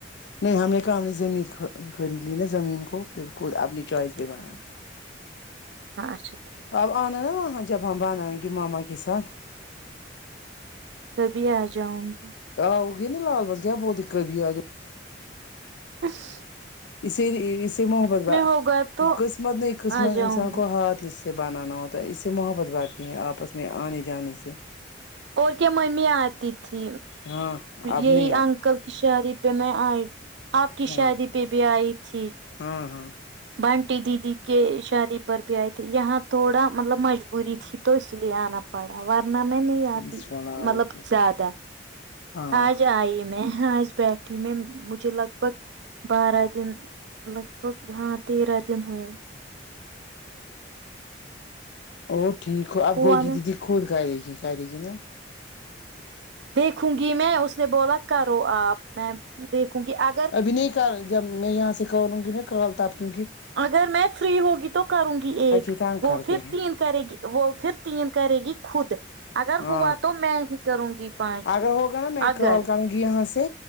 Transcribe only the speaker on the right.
ہاں
ہاں اچھا ٹھیک
کبھی آ جاؤں گی
اس
ہوگا تو
آ جاؤں
گی
اور کیا ممی آتی تھی
یہی
انکل کی شاد پہ میں آئی آپ کی
شادی پہ بھی آئی تھی
بنٹی دیدی کے شادی پر ب آئے تھے یہاں تھوڑا مطلب مجبوری تھی تو اس لیے آنا پڑا ورنہ میں نہیں آتی
مطلب زیادہ
آج آئی میں آج بیٹھی میں مجھے لگ بھگ بارہ دن لگ بھگ ہاں تیرہ دن ہوئے
ہوا
نا
دیکھوں گی میں اس نے بولا کرو آپ میں دیکھوں گی ا
اگر میں فری ہوگی تو کروں گی ایک
وہ
پھر
تین کرے گی وہ پھر تین کرے گی خود اگر
ہوا تو میں کروں گی پانچ
اگر